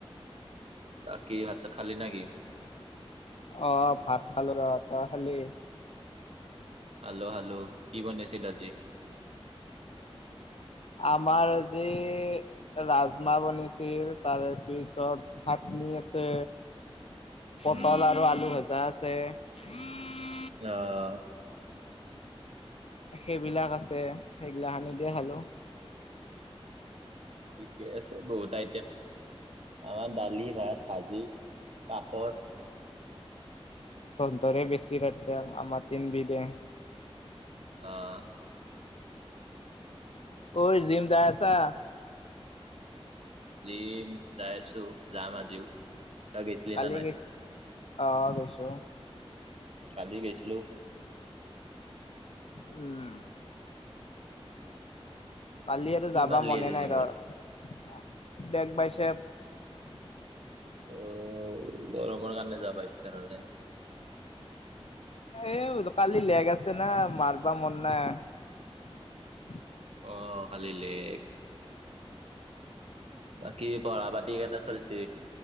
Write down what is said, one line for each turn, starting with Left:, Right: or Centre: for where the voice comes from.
Right: বাকি ভাত-চাত খালি নেকি?
Left: অ' ভাত খালো ৰ। তই খালি?
Right: হেল্ল, হেল্ল, কি বনাইছিল আজি?
Left: আমাৰ আজি ৰাজমাহ বনাইছিল, তাৰেপিছত চাটনি আছে। পটল
Right: উম
Left: আৰু আলু ভজা আছে । <unintelligible>
Right: অ'।
Left: সেইবিলাক আছে, সেইগিলাখনে দিয়ে খালোঁ।
Right: ঠিকেই আছে। বহুত আ আমাৰ দালি, ভাত, ভাজি, পাপৰ।
Left: তহঁতৰে বেছি ৰান্ধছে, আমাৰ তিনবিধে ।
Right: অ'।
Left: অ' জিম যাই আছা?
Right: জিম, যাই আছো, যাম আজিও । তই গেছিলি
Left: কালি
Right: নে নাই?
Left: গৈছ অ' গৈছো ।
Right: কালি গৈছিলো ।
Left: উম। কালি এটো
Right: কিমান
Left: যাবা
Right: লি
Left: মনে
Right: আজি
Left: নাই
Right: জিমত
Left: ধৰ । Back bicep.
Right: অ' গৰমৰ কাৰণে যাব ইচ্ছা নাযায়।
Left: এই কালি লেগ আছে না, মাৰবা মন নাই ।
Right: অ' কালি লেগ। বাকী পঢ়া-পাতি কেনে চলছে?